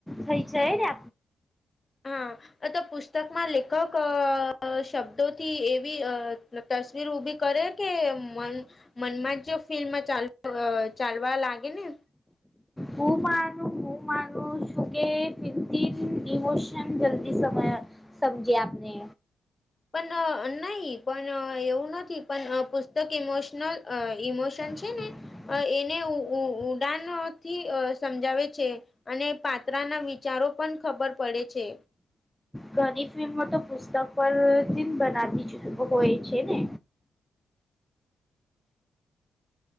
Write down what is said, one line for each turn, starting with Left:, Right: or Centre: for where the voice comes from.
Centre: થઈ જાય ને
Left: હા તો પુસ્તકમાં લેખક શબ્દોથી એવી તસવીર ઊભી કરે કે મન મનમાં જો ફિલ્મ ચાલ ચાલવા લાગે ને
Centre: હું માનું હું માનું શું કેોન જદી સમ સબ્જી આપને
Left: પણ નહી પણ એવું નથી પણ પુસ્તક ઈમોશનલ ઇમોશન છે.
Centre: <inaudible>
Left: અ એને ઉડાન થી સમજાવે છે. અને પાત્રાના વિચારો પણ ખબર પડે છે.
Centre: ઘણી ફિલ્મો તો પુસ્તક પરથી બનાતી જ હોય છે ને